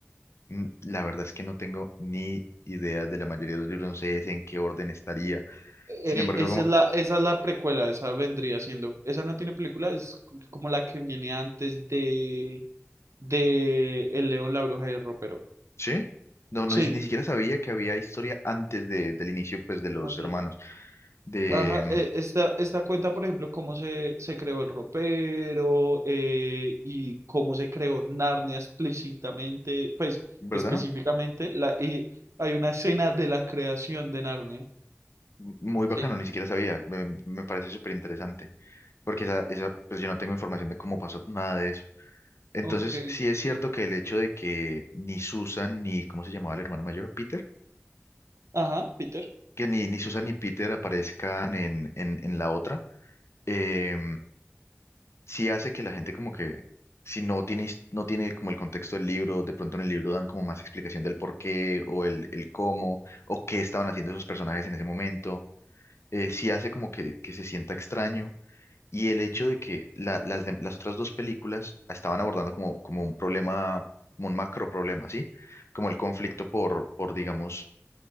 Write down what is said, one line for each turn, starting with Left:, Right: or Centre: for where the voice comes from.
Left: mm, la verdad es que no tengo ni idea de la mayoría de los libros, no sé en qué orden estaría. Sin
Right: Eh,
Left: embargo,
Right: esa
Left: como,
Right: es la, esa es la precuela, esa vendría siendo, esa no tiene película, es como la que viene antes de de El León, la Bruja y el Ropero.
Left: ¿sí? No, no,
Right: Sí,
Left: ni si- ni siquiera sabía que había historia antes de- del inicio, pues, de los
Right: así.
Left: hermanos. De,
Right: Ajá,
Left: mm,
Right: e- esta, esta cuenta, por ejemplo, cómo se, se creó el ropero eh, y cómo se creó Narnia explícitamente, pues
Left: ¿verdad?
Right: específicamente, la, y hay una escena de la creación de Narnia.
Left: Muy
Right: Sí,
Left: bacano, ni siquiera sabía. Me, me parece súper interesante. porque esa, esa, pues yo no tengo información de cómo pasó nada de eso. Entonces,
Right: ok.
Left: sí es cierto que el hecho de que ni Susan ni, ¿cómo se llamaba el hermano mayor? Peter,
Right: Ajá, Peter.
Left: que ni, ni Susan ni Peter aparezcan en, en, en la otra, eh, sí hace que la gente como que, si no tiene, his- no tiene como el contexto del libro, de pronto en el libro dan como más explicación del por qué o el, el cómo o qué estaban haciendo esos personajes en ese momento, eh, sí hace como que, que se sienta extraño. Y el hecho de que la- las, de- las otras dos películas estaban abordando como, como un problema, como un macro problema, ¿sí? Como el conflicto por, por digamos,